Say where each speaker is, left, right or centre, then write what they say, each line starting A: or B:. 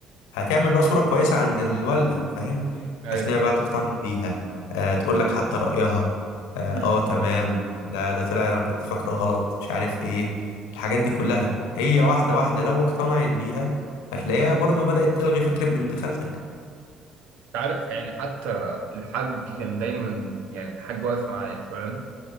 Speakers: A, on the left (about 75°); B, on the right (about 60°).
A: هتعمل بقى صورة كويسة عند الوالدة فاهم
B: ايوه
A: بحيث انها بقى تقتنع بيها آه، تقول لك حتى رأيها اه
B: مم.
A: آه، تمام لا ده طلع انا كنت فاكره غلط مش عارف ايه الحاجات دي كلها هي واحدة واحدة لو اقتنعت بيها هتلاقيها برضو بدأت تلغي فكرة بنت خالتك
B: عارف يعني حتى الحاج كان دايما يعني الحاج واقف معايا فاهم